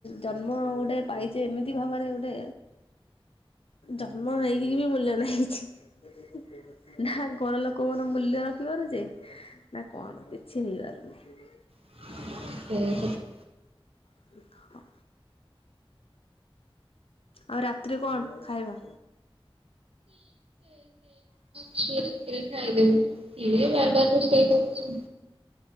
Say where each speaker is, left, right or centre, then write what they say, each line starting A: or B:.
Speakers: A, on the left; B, on the right.
A: ଜନ୍ମ ଗୋଟେ ପାଇଛେ ଏମିତି ଭାବରେ ଗୋଟେ। ଜନ୍ମ ହେଇକି ବି ମୂଲ୍ୟ ନାହିଁ କିଛି। ନା ଘର ଲୋକ ଙ୍କର ମୂଲ୍ୟ ରଖିପାରୁଛି ନା କଣ କିଛି ହେଇ ପାରୁନି।
B: <unintelligible>
A: <unintelligible> ଆଉ ରାତିରେ କଣ ଖାଇବା?
B: କ୍ଷୀରି ଫିରି ଖାଇଦେବି କିଏ ବାର ବାର ରୋଷେଇ କରୁଛି।